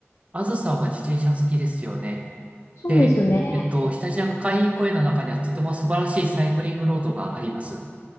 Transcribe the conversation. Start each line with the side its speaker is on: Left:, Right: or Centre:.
Right: あずさんは自転車好きですよね。
Left: そうですね。
Right: で、えっと、ひたちなか海浜公園の中にはとても素晴らしいサイクリングロードがあります。